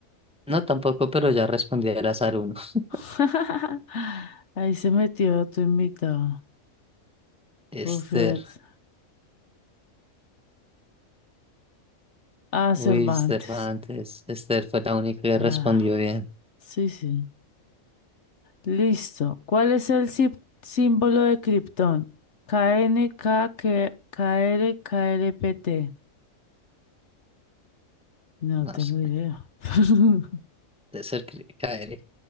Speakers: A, in the centre; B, on the left.
A: No, tampoco, pero ya respondí al azar uno. <laughs>
B: <laughs> Ahí se metió tu invitado.
A: Esther.
B: Buffett. Ah,
A: Uy,
B: Cervantes.
A: Cervantes Esther fue la única que
B: Ah,
A: respondió bien.
B: sí, sí. Listo. ¿Cuál es el sí- símbolo de Krypton? KNK, K- KR, KRPT. No tengo
A: No sé,
B: idea. <laughs>
A: de ser que caeré.